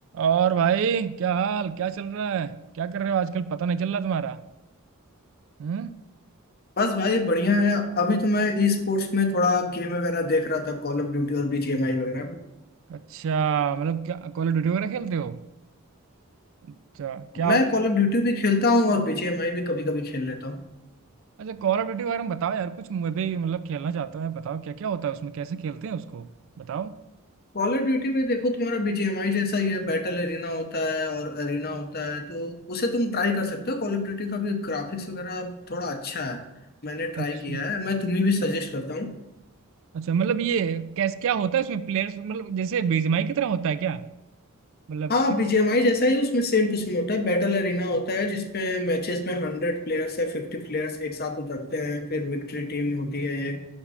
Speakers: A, on the right (about 60°); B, on the left (about 45°).
A: और भाई क्या हाल क्या चल रहा है क्या कर रहे हो आजकल पता नहीं चल रहा तुम्हारा हम्म
B: बस भाई बढ़िया है अभी तो मैं ई स्पोर्ट्स में थोड़ा गेम वगैरह देख रहा था कॉल ऑफ ड्यूटी और बीजीएमआई वगैरह
A: अच्छा मतलब क्या कॉल ऑफ ड्यूटी वगैरह खेलते हो अच्छा क्या
B: मैं कॉल ऑफ ड्यूटी भी खेलता हूँ और बीजीएमआई भी कभी कभी खेल लेता हूँ
A: अच्छा कॉल ऑफ ड्यूटी वगैरह में बताओ यार कुछ मैं भी मतलब खेलना चाहता हूँ यार बताओ क्या क्या होता है उसमें कैसे खेलते हैं उसको बताओ
B: कॉल ऑफ ड्यूटी में देखो तुम्हारा बीजीएमआई जैसा ही है बैटल एरिना होता है और एरिना होता है तो उसे तुम ट्राई कर सकते हो कॉल ऑफ ड्यूटी का भी ग्राफिक्स वगैरह थोड़ा अच्छा है मैंने ट्राई
A: अच्छा
B: किया है मैं तुम्हें भी सजेस्ट करता हूँ
A: अच्छा मतलब ये कैसे क्या होता है उसमें प्लेयर्स मतलब जैसे बीजीएमआई की तरह होता है क्या मतलब
B: हाँ
A: किस
B: बीजीएमआई जैसा ही उसमें सेम टू सेम होता है बैटल एरिना होता है जिसमें मैचेस में हंड्रेड प्लेयर्स है फिफ्टी प्लेयर्स एक साथ उतरते हैं फिर विक्ट्री टीम होती है